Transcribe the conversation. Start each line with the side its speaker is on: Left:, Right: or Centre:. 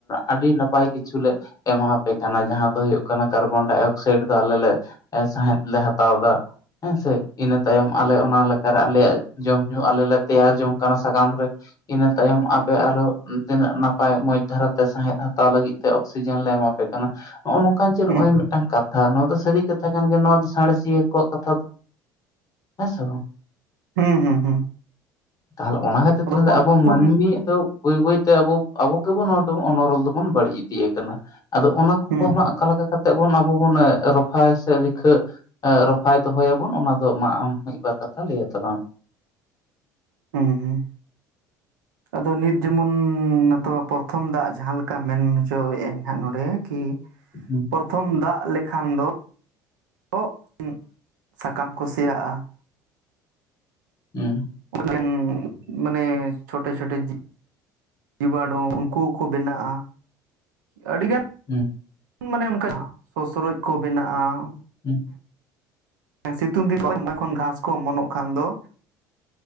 Left: ᱟᱹᱰᱤ ᱱᱟᱯᱟᱭ ᱠᱤᱪᱷᱩᱞᱮ ᱮᱢᱟᱣ ᱟᱯᱮ ᱠᱟᱱᱟ ᱡᱟᱦᱟ ᱫᱚ ᱦᱩᱭᱩᱜ ᱠᱟᱱᱟ ᱠᱟᱨᱵᱚᱱᱰᱟᱭ ᱚᱠᱥᱟᱭᱤᱰ ᱫᱚ ᱟᱞᱮ ᱞᱮ ᱥᱟᱸᱦᱮᱫ ᱞᱮ ᱦᱟᱛᱟᱣ ᱮᱫᱟ ᱦᱮᱸ ᱥᱮ ᱾ ᱤᱱᱟᱹ ᱛᱟᱭᱚᱢ ᱟᱞᱮ ᱚᱱᱟ ᱞᱮᱠᱟᱨᱮ ᱟᱞᱮᱭᱟᱜ ᱡᱚᱢ ᱧᱩ ᱟᱞᱮ ᱞᱮ ᱛᱮᱭᱟᱨ ᱡᱚᱝ ᱠᱟᱱᱟ ᱥᱟᱠᱟᱢ ᱨᱮ ᱤᱱᱟᱹ ᱛᱟᱭᱚᱢ ᱟᱯᱮ ᱟᱨᱚ ᱛᱤᱱᱟᱹᱜ ᱱᱟᱯᱟᱭ ᱢᱚᱡᱽ ᱫᱷᱟᱨᱟᱛᱮ ᱥᱟᱸᱦᱮᱫ ᱦᱟᱛᱟᱣ ᱞᱟᱹᱜᱤᱫ ᱛᱮ ᱚᱠᱥᱤᱡᱮᱱ ᱞᱮ ᱮᱢᱟ ᱯᱮ ᱠᱟᱱᱟ ᱾ ᱱᱚᱜᱼᱚ ᱱᱚᱝᱠᱟᱱ ᱪᱮ ᱱᱚᱜᱼᱚᱭ
Right: ᱦᱩᱸ
Left: ᱢᱤᱫᱴᱟᱝ ᱠᱟᱛᱷᱟ ᱱᱚᱣᱟ ᱫᱚ ᱥᱟᱹᱨᱤ ᱠᱟ ᱠᱟᱛᱷᱟ ᱠᱟᱱ ᱜᱮᱭᱟ ᱱᱚᱣᱟ ᱫᱚ ᱥᱟᱬᱮᱥᱤᱭᱟᱹ ᱠᱚᱣᱟᱜ ᱠᱟᱛᱷᱟ ᱦᱮᱸ ᱥᱮ ᱵᱟᱝ?
Right: ᱦᱮᱸ ᱦᱮᱸ ᱦᱮᱸ ᱾
Left: ᱛᱟᱦᱚᱞᱮ ᱚᱱᱟ ᱠᱷᱟᱹᱛᱤᱨ ᱛᱮ ᱞᱟᱹᱭ ᱫᱟᱭ
Right: ᱯᱨᱚᱛᱷᱚᱢ
Left: ᱟᱵᱚ ᱢᱟᱹᱱᱢᱤᱭᱟ ᱵᱟᱹᱭ ᱵᱟᱹᱭᱛᱮ ᱟᱵᱚ ᱟᱵᱚ ᱜᱮᱵᱚᱱ ᱱᱚᱣᱟ ᱫᱚ ᱚᱱᱚᱨᱚᱞ ᱫᱚᱵᱚᱱ ᱵᱟᱹᱲᱤᱡ ᱤᱫᱤᱭᱮ ᱠᱟᱱᱟ, ᱟᱫᱚ ᱚᱱᱟ ᱚᱠᱟ
Right: ᱦᱩᱸ
Left: ᱦᱟᱸᱜ ᱞᱮᱠᱟ ᱠᱟᱛᱮᱜ ᱵᱚᱱ ᱟᱵᱚ ᱵᱚᱱ ᱨᱚᱯᱷᱟᱭᱟ ᱥᱮ ᱨᱤᱠᱷᱟᱹ ᱨᱚᱯᱷᱟᱭ ᱫᱚᱦᱚᱭᱟᱵᱚᱱ ᱚᱱᱟ ᱫᱚ ᱢᱟ ᱟᱢ ᱢᱤᱜᱵᱟᱨ ᱠᱟᱛᱷᱟ ᱞᱟᱹᱭ ᱟ ᱛᱟᱞᱟᱝ
Right: ᱦᱮᱸ ᱦᱮᱸ ᱾ ᱟᱫᱚ ᱱᱤᱛ ᱡᱮᱢᱚᱱ ᱱᱤᱛᱚᱜ ᱯᱨᱚᱛᱷᱚᱢ ᱫᱟᱜ ᱡᱟᱦᱟᱸ ᱞᱮᱠᱟ ᱢᱮᱱ ᱦᱚᱪᱚᱭᱮᱜ ᱟᱹᱧ ᱦᱟᱸᱜ ᱱᱚᱰᱮ ᱠᱤ
Left: ᱦᱩᱸ
Right: ᱯᱨᱚᱛᱷᱚᱢ ᱫᱟᱜ ᱞᱮᱠᱷᱟᱱ ᱫᱚ ᱠᱚᱜ ᱥᱟᱠᱟᱢ ᱠᱚ ᱥᱤᱭᱟᱜᱼᱟ ᱾
Left: ᱩᱸ
Right: <unintelligible> ᱢᱟᱱᱮ ᱪᱷᱩᱴᱤ ᱪᱷᱩᱴᱤ ᱡᱤᱵᱟᱱᱩ ᱩᱱᱠᱩ ᱠᱚ ᱵᱮᱱᱟᱜᱼᱟ, ᱟᱹᱰᱤᱜᱟᱱ
Left: ᱦᱩᱸ
Right: ᱢᱟᱱᱮ ᱚᱱᱠᱟ ᱥᱚᱥᱨᱚᱡ ᱠᱚ ᱵᱮᱱᱟᱜᱼᱟ ᱾
Left: ᱦᱩᱸ
Right: ᱦᱮᱸ ᱥᱤᱛᱩᱝ ᱫᱤᱱ ᱡᱚᱠᱷᱚᱱ ᱜᱷᱟᱸᱥ ᱠᱚ ᱚᱢᱚᱱᱚᱜ ᱠᱟᱱ ᱫᱚ